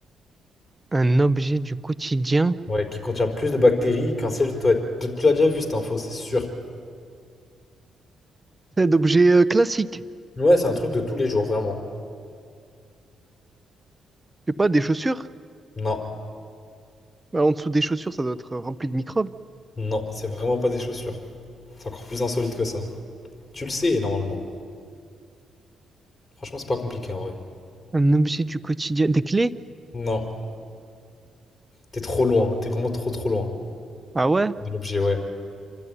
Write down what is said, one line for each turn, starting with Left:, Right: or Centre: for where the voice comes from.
Right: Un objet du quotidien.
Left: Ouais, qui contient plus de bactéries qu'un siège de toilette. Tu tu l'as déjà vu cette info, c'est sûr.
Right: C'est d'objets euh, classiques.
Left: Ouais, c'est un truc de tous les jours, vraiment.
Right: Je sais pas, des chaussures.
Left: Non,
Right: Bah, en dessous des chaussures, ça doit être euh, rempli de microbes.
Left: non, c'est vraiment pas des chaussures. C'est encore plus insolite que ça. Tu le sais, normalement. Franchement, c'est pas compliqué en vrai.
Right: Un objet du quotidien. Des clés?
Left: Non, t'es trop loin, t'es vraiment trop trop loin.
Right: Ah ouais?
Left: De l'objet, ouais.